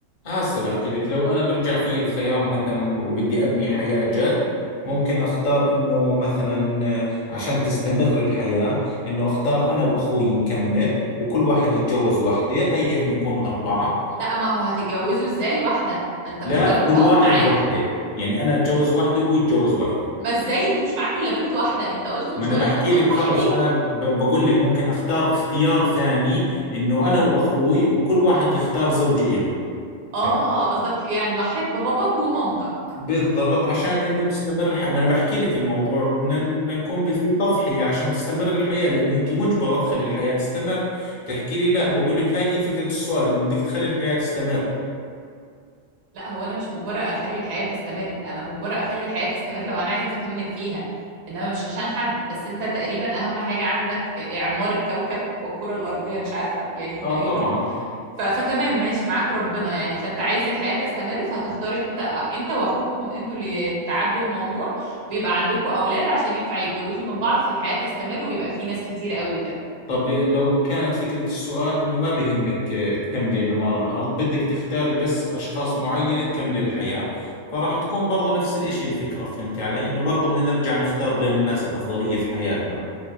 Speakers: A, on the left; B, on the right.
A: هسا بحكي لك لو أنا برجع في الخيار مثلا وبدي أبني حياة جد ممكن أختار إنه مثلا آه، عشان تستمر الحياة إنه أختار أنا وأخوي نكمل وكل واحد يتجوز وحده هي هيك بنكون أربعة
B: لا ما هو هتتجوزوا ازاي واحده ما انت
A: لا
B: مختار
A: كل
B: باباك
A: واحد
B: معاك
A: وحده يعني أنا أتجوز وحده وهو يتجوز وحده
B: ما ازاي انتوا مش معاكوا الا بنت واحده انت قلت من
A: ما
B: شويه
A: انا بحكي
B: انك هتضحي
A: لك خلص انا ب- بقول لك ممكن اختار اختيار ثاني انه انا واخوي وكل واحد يختار زوجة إله
B: اه
A: فهمت؟
B: قصدك يعني ضحيت بباباك ومامتك
A: بالضبط عشان انه تستمر الحياة ما انا بحكي لك الموضوع بدنا بدنا نكون ب- في تضحية عشان تستمر الحياة لانه انت مجبرة تخلي الحياة تستمر تحكي لي لا بقول لك هاي هي فكرة السؤال انه بدك تخلي الحياة تستمر
B: لا هو انا مش مجبره اخلي الحياه تستمر انا مجبره اخلي الحياه تستمر لو انا عايزه اكمل فيها انما مش عشان حد بس انت تقريبا اهم حاجه عندك اعمار الكوكب والكره الارضيه مش عارفه يعني
A: اه
B: تقريبا
A: طبعا
B: ف... فتمام ماشي معاك ربنا يعني فانت عايز الحياه تستمر فهتختار انت انت واخوكم انتوا اللي تعدوا الموضوع ويبقى عندكم اولاد عشان ينفع يتجوزوا من بعض فالحياه تستمر ويبقى في ناس كتير قوي وكده
A: طب لو كانت فكرة السؤال إنه ما بهمك آه، تكملي إعمار الأرض بدك تختاري بس أشخاص معينة تكملي الحياة فراح تكون برضو نفس الإشي الفكرة فهمتي علي إنه برضو بدنا نرجع نختار بين الناس الأفضلية في حياتنا